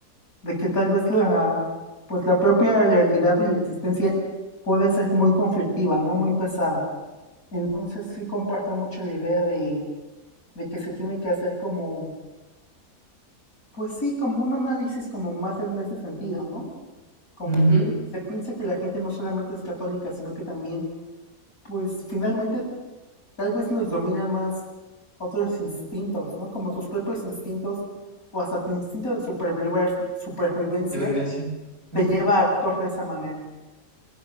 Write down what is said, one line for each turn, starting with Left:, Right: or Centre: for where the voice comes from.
Left: de que tal vez la, pues la propia realidad y la existencia puede ser muy conflictiva, ¿no? Muy pesada. Entonces sí comparto mucho la idea de de que se tiene que hacer como, pues sí, como un análisis como más en ese sentido, ¿no? Como
Right: Ujú,
Left: que se piensa que la gente no solamente es católica, sino que también, pues finalmente tal vez los domina más otros instintos, ¿no? Como tus propios instintos o hasta tu instinto de superviv supervivencia
Right: De prevención. ¿Mm?
Left: te lleva a actuar de esa manera.